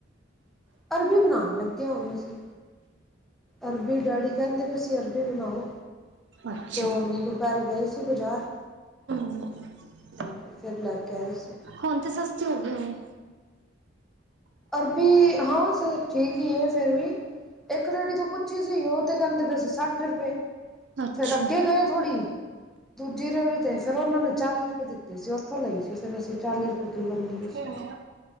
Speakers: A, in the centre; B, on the right.
A: ਅਰਬੀ ਬਣਾਉਣ ਲੱਗੇ ਆ ਹੁਣ ਅਸੀਂ। ਅਰਬੀ ਡੈਡੀ ਕਹਿੰਦੇ ਵੀ ਅਸੀਂ ਅਰਬੀ ਬਣਾਓ
B: ਅੱਛਾ,
A: ਤੇ ਉਹਨ ਦੁਪਹਿਰੇ ਗਏ ਸੀ ਬਜ਼ਾਰ
B: <inaudible>
A: ਹਾਂਜੀ ਫਿਰ ਲੈ ਕੇ ਆਏ ਸੀ।
B: ਹੁਣ ਤਾਂ ਸਸਤੀ ਹੋ ਗਈ ਹੋਨੀ।
A: ਅਰਬੀ ਹਾਂ ਸਰ ਠੀਕ ਹੀ ਹੈ ਫਿਰ ਵੀ ਇੱਕ ਰੇੜੀ ਤੋਂ ਪੁੱਛੀ ਸੀ ਉਹ ਤੇ ਕਹਿੰਦੇ ਪਏ ਸੀ ਸੱਠ ਰੁਪਏ
B: ਅੱਛਾ।
A: ਫੇਰ ਅੱਗੇ ਗਏ ਥੋੜ੍ਹੀ ਦੂਜੀ ਰੇੜੀ ਤੇ ਫੇਰ ਉਹਨਾ ਨੇ ਚਾਲੀ ਰੁਪਏ ਦਿੱਤੇ ਸੀ ਉੱਥੋਂ ਲਈ ਸੀ ਫਿਰ ਅਸੀਂ ਚਾਲੀ ਰੁਪਏ ਕਿੱਲੋ ਮੀਲੀ
B: ਹੂੰ,
A: ਸੀ।